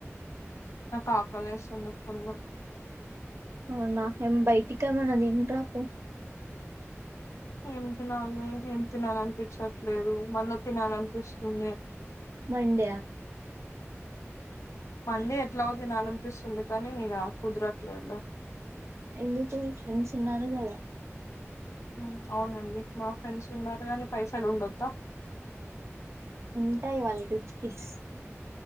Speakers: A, on the left; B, on the right.
A: నాకు ఆకలేస్తుంది ఫుల్
B: అవునా ఎం బైటికేమన తిని రాపో
A: ఏం తినాలి ఏం తినాలన్ పించట్లేదు మన్ను తినాలనిపిస్తుంది
B: మండి ఆ
A: మండీ ఎట్లా తినాలన్ పిస్తుంది కానీ ఇగా కుదరట్లేదు లే
B: ఎందుకు మీ ఫ్రెండ్స్ ఉన్నారు గాదా
A: హు అవునండిమా ఫ్రెండ్స్ ఉన్నారు గాని పైసలు ఉండొద్దా
B: ఉంటాయి వాళ్ రిచ్ కిడ్స్